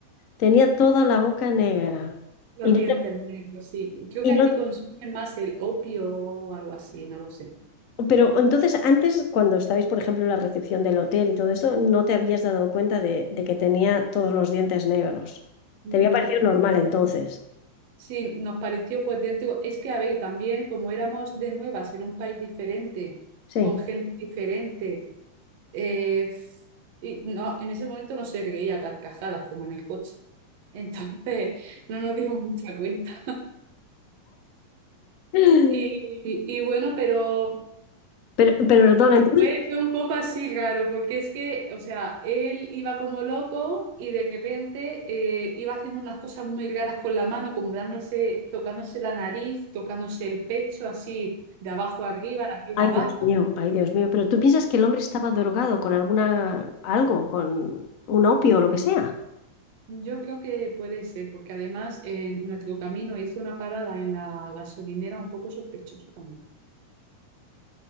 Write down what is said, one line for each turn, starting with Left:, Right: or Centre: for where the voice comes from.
Left: tenía toda la boca negra.
Right: los
Left: Y no
Right: dientes
Left: te-
Right: negros, sí. Creo
Left: y
Right: que
Left: no-
Right: allí consumen más el opio o algo así, no lo sé.
Left: pero entonces antes, cuando estabais, por ejemplo, en la recepción del hotel y todo esto, no te habías dado cuenta de, de que tenía todos los dientes negros.
Right: No.
Left: Te había parecido normal entonces.
Right: Sí, nos pareció pues dentro, es que a ver, también como éramos de nuevas en un país diferente,
Left: Sí.
Right: con gente diferente Eh, y no, en ese momento no se reía a carcajadas como en el coche. <laughs> Entonces no nos dimos mucha cuenta.
Left: <laughs>
Right: Y, y- bueno, pero
Left: Pero, pero perdona, entonces...
Right: fue, fue un poco así raro, porque es que, o sea, él iba como loco y de repente eh, iba haciendo unas cosas muy raras con la mano, como dándose, tocándose la nariz, tocándose el pecho, así de abajo a arriba, de arriba
Left: Ay,
Right: a abajo.
Left: Dios mío, ay, Dios mío. Pero tú piensas que el hombre estaba drogado con alguna, algo, con un opio o lo que sea.
Right: Yo creo que puede ser, porque además en nuestro camino hizo una parada en la gasolinera un poco sospechosa también.